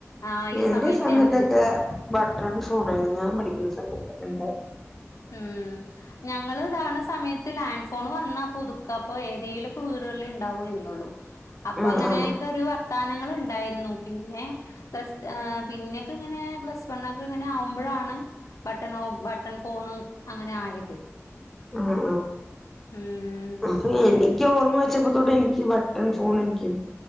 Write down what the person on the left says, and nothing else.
ആഹ് ഈ
സമയത്ത്
എൻ
ഊം ഞങ്ങള് താവ്ണ സമയത്ത്, ലാൻഡ് ഫോണ് വന്നാ പുതുക്കാ അപ്പോ, ഏതേലൊക്കെ വീടുകളിലേ ഇണ്ടാവായിരുന്നൊള്ളൂ. അപ്പങ്ങനേക്കൊരു
വർത്താനങ്ങള്ണ്ടായിരുന്നു, പിന്നെ പ്ലസ്ട് ആഹ് പിന്നേക്കെങ്ങനേ പ്ലസ് വണ്ണെക്കെങ്ങനെ ആവുമ്പഴാണ് ബട്ടൺഓ ബട്ടൺ ഫോണ് അങ്ങനെ ആയത്.
ഉം